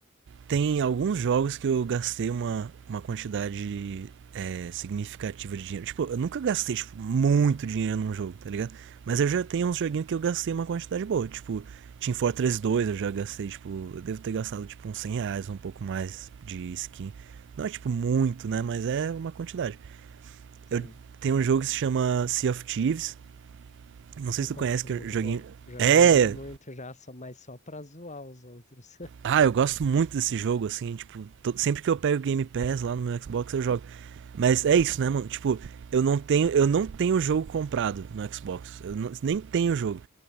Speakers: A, on the right; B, on the left.
A: Tem alguns jogos que eu gastei uma, uma quantidade é, significativa de dinheiro. Tipo, eu nunca gastei tipo, muito dinheiro num jogo, tá ligado? Mas eu já tenho uns joguinhos que eu gastei uma quantidade boa. Tipo, Team Fortress 2 eu já gastei, tipo, eu devo ter gastado tipo uns 100 reais, um pouco mais de skin. Não é tipo muito, né? Mas é uma quantidade.
B: Sim.
A: Eu tenho um jogo que se chama Sea of Thieves. Não
B: <laughs>
A: sei se tu
B: Nossa,
A: conhece que
B: muito
A: é um joguinho.
B: bom. Já
A: É!
B: joguei muito já, só, mas só pra zoar os outros. <laughs>
A: Ah, eu gosto muito desse jogo, assim, tipo, to- sempre que eu pego o Game Pass lá no meu Xbox eu jogo. Mas é isso, né, mano? Tipo, eu não tenho, eu não tenho o jogo comprado no Xbox. Eu não- nem tenho o jogo.